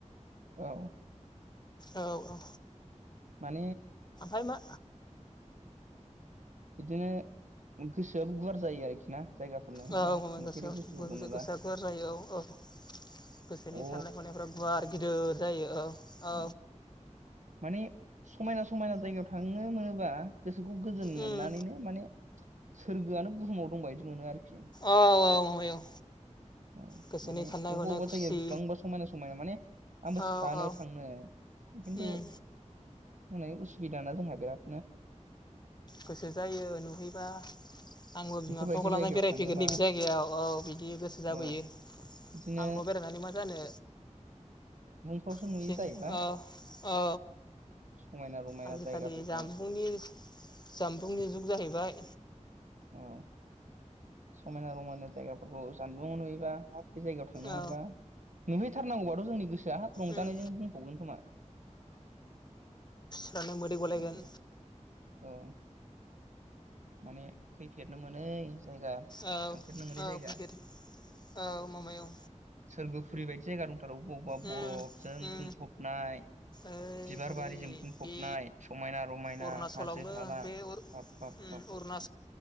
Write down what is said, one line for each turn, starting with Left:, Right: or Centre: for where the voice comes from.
Right: औ
Left: औ औ
Right: उम
Left: अमा
Right: बिदिनो गोसोआबो गुवार जायो आरोखि ना जायगाफोर नुहैबा
Left: औ माबा गोसोआव
Right: नुफेरै बुस्थुफोरखौ नुबा
Left: गोसोआ गुवार <inaudible> गोसोनि
Right: अ
Left: साननाय हनायफ्रा गुवार गिदिर जायो औ औ
Right: उम माने समायना- समायना जायगायाव थांनो मोनोबा गोसोखौ गोजोन
Left: उम
Right: मोननानैनो माने <inaudible> सोरगोआनो बुहुमाव दंब बायदि मोनो आरोखि।
Left: औ औ माबाय औ
Right: औ
Left: गोसोनि
Right: माने
Left: साननाय
Right: अबावबा अबावबा
Left: हनाय खुसि
Right: जायगाया बिसिंबांबा समायना समायना समायना माने आंबो
Left: औ
Right: सानो
Left: औ
Right: थांनो खिन्थु
Left: उम
Right: हनै उसुबिदा ना जोंहा बिराद
Left: गोसो जायो नुहैबा आंबो
Right: बेफोरबायदि
Left: बिमा बिफाखौ लानानै
Right: जायगायाव
Left: बेरायफैगोन
Right: थाङोबा
Left: नैबे जायगायाव औ बिदि गोसो जाबोयो
Right: औ
Left: आं
Right: बिदिनो
Left: ल' बेरायनानै मा जानो
Right: गासो
Left: बिदिनो
Right: नुयो जाहैबाय
Left: औ औ
Right: समायना रमायना
Left: आजिखालि
Right: जायगाफोरखौ
Left: जामबुंनि जामबुंनि जुग जाहैबाय
Right: औ समायना रमायना जायगाफोरखौ जानबुंगाव नुयोबा हाब बे जायगायाव थांनो
Left: औ
Right: मोनबा नुहैथारनांगौबाथ' जोंनि गोसोआ हाब रंजानायजों
Left: उम
Right: बुंफबगोन खोमा
Left: फ्रानो मोदै गलायगोन
Right: औ औ माने फैफेरनो मोनै जायगा
Left: औ
Right: थांफेरनो मोनै
Left: औ
Right: जायगा
Left: फैफेर औ माबायाव
Right: सोरगो फुरैबायदि जायगा दंथारो आरौ अबावबा अबावबा
Left: उम
Right: बरफजों
Left: उम
Right: बुंफबनाय
Left: ओइ
Right: बिबार
Left: हरै
Right: बारिजों बुंफबनाय
Left: बे
Right: समायना रमायना
Left: अरुणाचलावनो
Right: हाजो हाला
Left: बे अर
Right: बाब बाब
Left: उम अरुणाचल